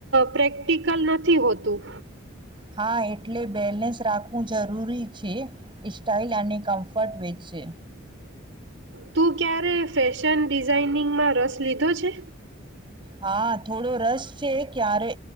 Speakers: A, on the right (about 70°); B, on the right (about 25°).
A: પ્રેક્ટિકલ નથી હોતું
B: હા એટલે બેલેન્સ રાખવું જરૂરી છે એ સ્ટાઇલ અને કમ્ફર્ટ વેચશે
A: તું ક્યારે ફેશન ડિઝાાઈનિંગમાં રસ લીધો છે?
B: હા થોડો રશ છે ક્યારે